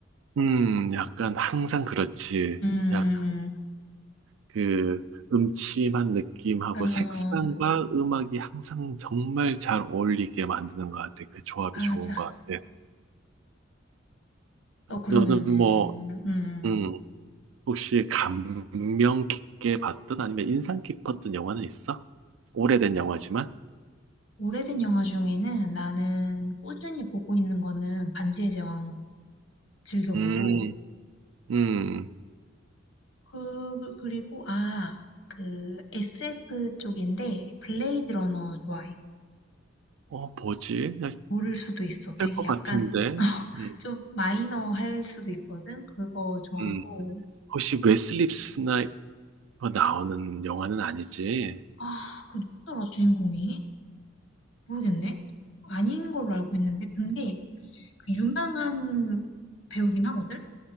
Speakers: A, on the right; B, on the left.
A: 음, 약간 항상 그렇지.
B: 음,
A: 약간
B: 음,
A: 그 음침한 느낌하고
B: 음.
A: 색상과
B: 어,
A: 음악이 항상 정말 잘 어울리게 만드는 것 같아. 그 조합이
B: 아자
A: 좋은 것 같아.
B: 너 그러면은,
A: 너는 뭐,
B: 음,
A: 음, 혹시 감명 깊게 봤던 아니면 인상 깊었던 영화는 있어? 오래된 영화지만?
B: 오래된 영화 중에는 나는 꾸준히 보고 있는 거는 반지의 제왕 즐겨보고,
A: 음, 음,
B: 그, 그- 그리고, 아, 그 SF 쪽인데 블레이드 러너 좋아해.
A: 어, 뭐지?
B: 모를 수도 있어. 되게
A: 있을 것
B: 약간
A: 같은데. 음.
B: 좀 마이너 할 수도 있거든. 그거 좋아하고.
A: 음. 혹시 웨슬리 스나이퍼 나오는 영화는 아니지?
B: 아, 그 누구더라 주인공이? 모르겠네. 아닌 걸로 알고 있는데 근데 그 유명한 배우긴 하거든.